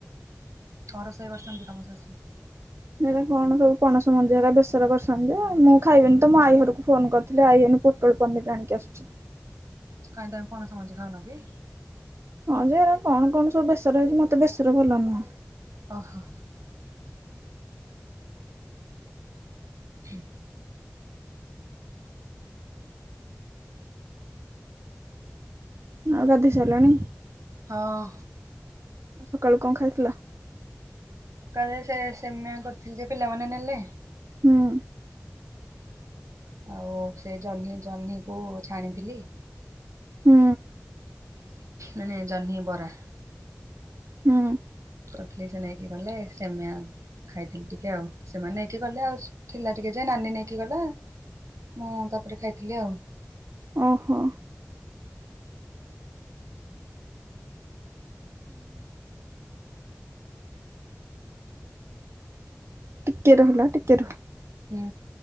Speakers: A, on the right (about 80°); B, on the right (about 60°).
A: କଣ ରୋଷେଇ କରିଚନ୍ତି ତମ ଶାଶୁ?
B: <inaudible> ହେରା କଣ ସବୁ ପଣସ ମଞ୍ଜି ଏକା ବେସର କରିଛନ୍ତି ଯେ, ମୁଁ ଖାଇବିନି ତ, ମୋ ଆଈ ଘରକୁ ଫୋନ୍ କରିଥିଲି, ଆଇ ଏଇନୁ ପୋ ପୋଟଳ ପନିର୍ ଆଣିକି ଆସୁଚି।
A: କାହିଁ ତମେ ପଣସ ମଞ୍ଜି ଖାଉନକି?
B: ହଁ ଯେ, ଏରା କଣ କଣ ସବୁ ବେସରେ ହେଇଚି, ମତେ ବେସର ଭଲ ନୁହଁ।
A: ଓହୋ। ହୁଁ।
B: ଆଉ ଗାଧେଇ ସାଇଲଣି?
A: ହଁ
B: ଆଉ ସକାଳୁ କଣ ଖାଇଥିଲ?
A: ସକାଳେ ସେ ସେମାୟା କରିଥିଲି ଯେ, ପିଲାମାନେ ନେଲେ।
B: ହୁଁ।
A: ଆଉ ସେ ଜହ୍ନି, ଜହ୍ନିକୁ ଛାଣିଥିଲି।
B: ହୁଁ।
A: ମାନେ ଜହ୍ନି ବରା
B: ହୁଁ।
A: କରିଥିଲି ସେ ନେଇକି ଗଲେ ସେମାୟା। ଖାଇଥିଲି ଟିକେ ଆଉ ସେମାନେ ନେଇକି ଗଲେ ଆଉ, ଥିଲା ଟିକେ ଯେ ନାନୀ ନେଇକି ଗଲା। ମୁଁ ତାପରେ ଖାଇଥିଲି ଆଉ।
B: ଅହ ହୁଁ ଟିକେ ରହିଲ ଟିକେ ରୁହ।
A: ହୁଁ